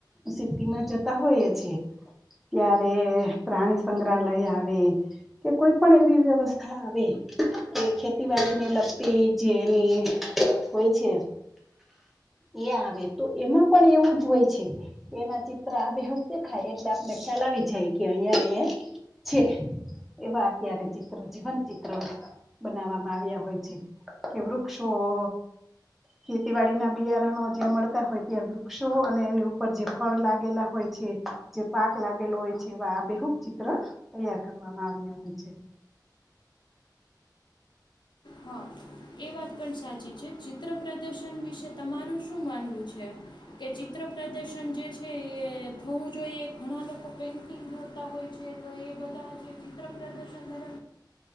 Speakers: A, in the centre; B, on the left (about 85°).
A: સિટીમાં જતા હોઈએ છેએ ત્યારે પ્રાણી સંગ્રહાલય આવે કે કોઈ પણ એવી વ્યવસ્થા આવે કે ખેતીવાડી ને લગતી જે એની હોય છે. એ આવે તો એમાં પણ એવું જ હોય છે કે એના ચિત્ર આબેહબ દેખાય એટલે આપને ખ્યાલ આવ આવી જાય કે અહિયાં અહીંયા છે. એવા અત્યારે ચિત્ર જીવંત ચિત્ર બનાવવામાં આવ્યા હોય છે કે વૃક્ષો ઓ ખેતીવાડી ના બિયારણો જ્યાં મળતા હોય ત્યાં વૃક્ષો અને એની ઉપર જે ફળ લાગેલા હોય છે જે પાક લાગેલો હોય છે એવા આ બેહુક ચિત્ર તૈયાર કરવામાં આવ્યા હોય છે.
B: હા એ વાત પણ સાચી છે. ચિત્ર પ્રદર્શન વિશે તમારું શું માનવું છે? કે ચિત્ર પ્રદર્શન જે છે એ થવું જોઈએ ઘણા લોકો પેઇન્ટિંગ જોતા હોય છે તો એ બધા જે ચિત્ર પ્રદર્શન કરે